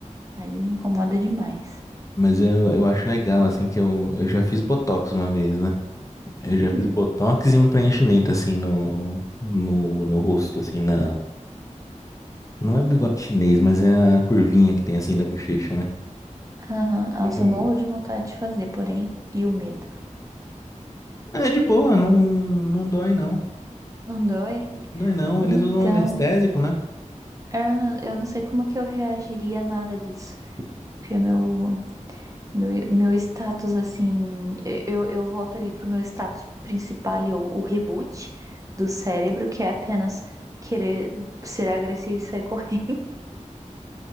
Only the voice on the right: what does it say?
Aí me incomoda demais.
Hum,
aham. Nossa,
morro de vontade de fazer, porém, e o medo.
Não dói?
Então,
eu não, eu não sei como é que eu reagiria a nada disso. Porque meu, meu, meu status, assim, eu, eu volto ali pro meu status principal, ali, o, o reboot do cérebro, que é apenas querer ser agressivo e sair correndo.